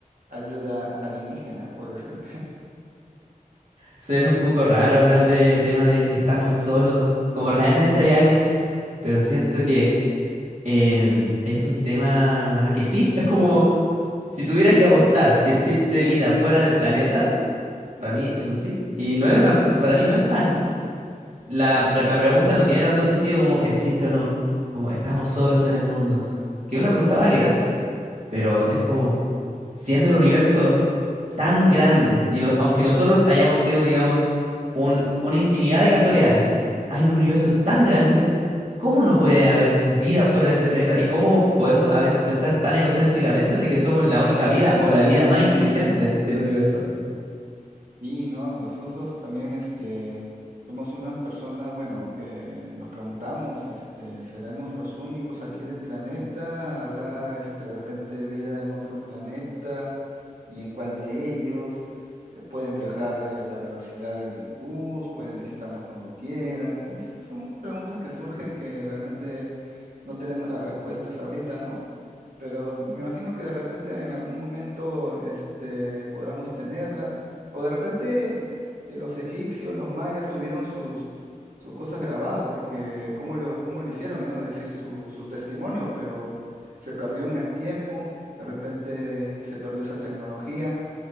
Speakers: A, on the right; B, on the right.
A: ayuda alienígena? Puede ser.
B: Suena un poco raro hablar de tema de si estamos solos, como realmente hay aliens, pero siento que em, es un tema que sí, es como... Si tuviera que apostar si existe vida fuera del planeta, para mí es un sí. Y no es una, para mí no es tan, la, pre- la pregunta no tiene tanto sentido como existe o no, como estamos solos en el mundo, que es una pregunta válida, pero es como, siendo el universo tan grande, y no- aunque nosotros hayamos sido, digamos, un- una infinidad de casualidades, hay un universo tan grande, ¿cómo no puede haber vida fuera de este planeta? ¿Y cómo podemos a veces pensar tan egocéntricamente de que somos la única vida o la vida más inteligente del universo?
A: Y no, nosotros también este, somos unas personas, bueno, que nos preguntamos, este, ¿seremos los únicos aquí del planeta? ¿Habrá este, de repente vida en otro planeta? y en cuál de ellos. eh, Pueden viajar eh, a la velocidad de la luz, pueden visitarnos cuando quieran. Entonces, son preguntas que surgen que realmente no tenemos las respuestas ahorita, ¿no? pero me imagino que de repente en algún momento este, podamos tenerlas. O de repente eh, los egipcios, los mayas tuvieron sus, sus cosas grabadas, porque cómo lo, cómo lo hicieron, ¿no? Es decir, su, su testimonio, pero se perdió en el tiempo, de repente se perdió esa tecnología.